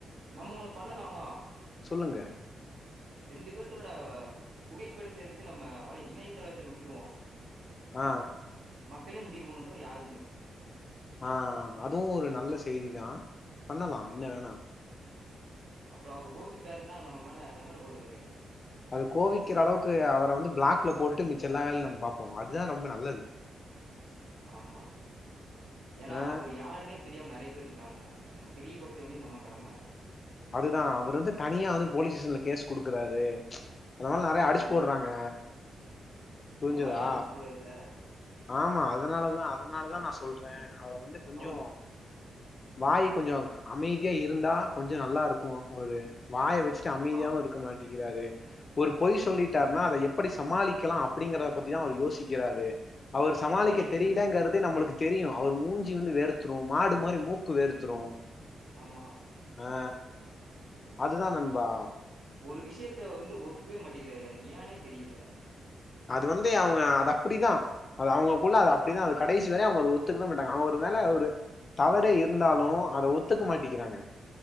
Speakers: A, on the right; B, on the left.
A: நம்ம ஒண்ணு பண்ணலாமா
B: சொல்லுங்க
A: ரெண்டு பேத்தோட புகைப்படத்த எடுத்து நம்ம வலை இணையதளத்துல விட்டுருவோ
B: ஆ
A: மக்களே முடிவு பண்ணட்டு யாருன்னு
B: ஆ அதுவு ஒரு நல்ல செய்திதா பண்ணலா என்ன வேணா
A: அப்பறோ அவரு கோச்சிக்கிட்டாருன்னா நம்ம மேல சங்கடப்படுவாரே
B: அது கோவிக்கிற அளவுக்கு அவர வந்து பிளாக்ல போட்டுட்டு மிச்ச எல்லா வேலையு நம்ம பாப்போ அதுதா ரொம்ப நல்லது
A: ஆமா, ஏன்னா
B: ஆ
A: அவரு யாருன்னே தெரியாம நறைய பேரு இருக்காங்க அத தெரியப்படுத்த வேண்டியது நம்ம கடம
B: அதுதா அவர் வந்து தனியா வந்து போலீஸ் ஸ்டேஷன்ல கேஸ் குடுக்குறாரு அதனால நறைய அடிச்சு
A: ஆமா.
B: போட்றாங்க புரிஞ்சிதா
A: இந்த மாரிலாம் இருக்கக்கூடாதுல்ல.
B: ஆமா, அதனாலதா, அதனாலதா நா சொல்றே அவரு வந்து கொஞ்சோ
A: அவரு
B: வாய் கொஞ்சோ அமைதியா இருந்தா கொஞ்சோ நல்லா இருக்கு, அவரு வாய வச் சிட்டு அமைதியாவு
A: மா
B: இருக்க மாட்டி றாரு ஒரு பொய் சொல்லிட்டாருனா அத எப்படி சமாளிக்கலா அப்படிங்கறத பத்திதா அவரு யோசிக்கிறாரு அவரு
A: மன்னிப்பே
B: சமாளிக்க
A: கேட்கறதில்ல.
B: தெரியலங்கறதே நம்மளுக்கு தெரியு அவரு மூஞ்சி வந்து வேர்த்துரு மாடு மாரி மூக்கு வேர்த்துரு
A: ஆமா
B: ஆ அதுதா நண்பா
A: ஒரு விஷயத்த வந்து ஒத்துக்கவே மாட்டிக்கிறாரு அது ஏனே தெரில
B: அது வந்து அவங்க அது அப்பிடிதா அது அவங்களுக்குள்ள அது அப்பிடிதா அது கடைசி வரை அவங்க அத ஒத்துக்கவே மாட்டாங்க அவங்க ஒரு வேள ஒரு தவறே இருந்தாலு அத ஒத்துக்க மாட்டிங்கிறாங்க